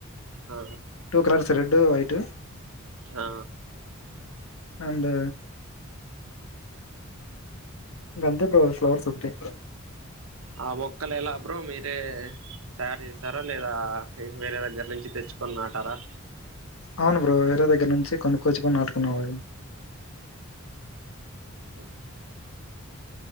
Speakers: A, on the right (about 80°); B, on the left (about 85°).
A: ఆ
B: టూ కలర్స్ రెడ్. డు, వైట్
A: ఆ
B: అండ్. గంతే బ్రో ఫ్లవర్స్ ఒకటే.
A: ఆ మొక్కలు ఎలా బ్రో మీరే తయారు చేసారా లేదా, వేరే దగ్గర నుంచి తెచ్చుకొని నాటారా.
B: అవును బ్రో, వేరే దగ్గర్ నుంచి కొనుక్కోచ్చుకోని నాటుకున్నా అవి.
A: <unintelligible>